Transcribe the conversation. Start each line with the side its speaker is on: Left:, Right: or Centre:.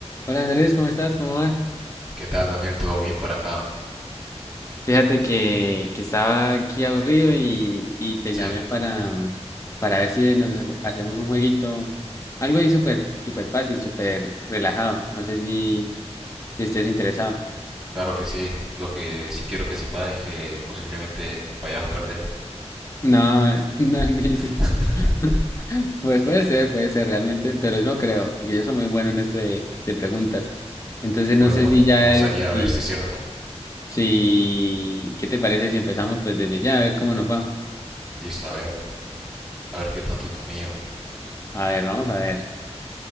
Left: Hola Andrés, ¿cómo estás? ¿Cómo vas?
Centre: ¿Qué tal, Daniel? ¿Todo bien por acá?
Left: Fíjate que, que estaba aquí aburrido y, y te
Centre: Sí,
Left: llamé para, para ver si nos ha- hacemos un jueguito, algo ahí súper súper fácil, súper relajado. No sé si, si estés interesado.
Centre: claro que sí. Lo que sí quiero que sepas es que posiblemente vayas a perder.
Left: No, <laughs> no, ni...
Centre: <laughs>
Left: si- <laughs> Pues puede ser, puede ser realmente, pero no creo, porque yo soy muy bueno en esto de, de preguntas. Entonces
Centre: Bueno,
Left: no sé si ya,
Centre: me gustaría
Left: si,
Centre: ver si es cierto.
Left: si, ¿qué te parece si empezamos pues desde ya a ver cómo nos va?
Centre: Listo, a ver. A ver qué tanto tú mío.
Left: A ver, vamos a ver.